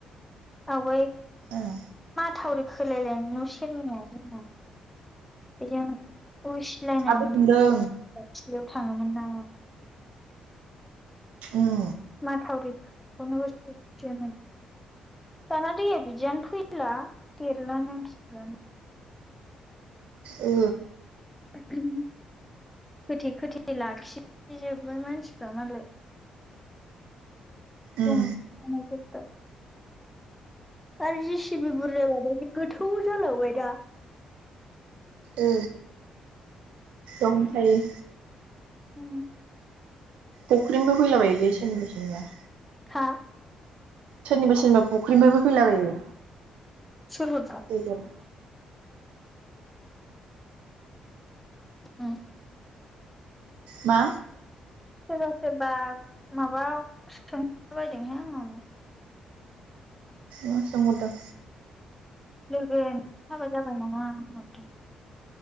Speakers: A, in the centre; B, on the right.
A: आवगाय
B: एह
A: थावरि खोलायलायनाय न' सेरनिया जोंना बेजों उसिलायनानै
B: साबो मोनदों
A: मो <unintelligible> बियाव थाङोमोन नाया
B: उम
A: माथावरि <unintelligible> जाना दैया बिदियानो फैला देरलानो <unintelligible>
B: ओ
A: खोथे खोथे थे लाखि जोब्बाय मानसिफ्रा मालाय दं
B: उम
A: <unintelligible> आरोजिसि सिबि बुरजा जानायनि गोथौ जालांबायदा
B: औ ओम हायो
A: औ
B: फुख्रिनिबो फैलाबायोलै सोरनिबा सोरनिबा
A: हा?
B: सोनिबा सो सोरनिबा फुख्रिनिफ्रायबो फैलाबायो
A: सोर हरदों?
B: दैजा <inaudible>
A: उम
B: मा?
A: सोरबा सोरबा माबा सोंखला बायदोंहाय आंनाव नै
B: मा सोंहरदों?
A: लोगो नों हाबा जाबाय नामा होनहरदों?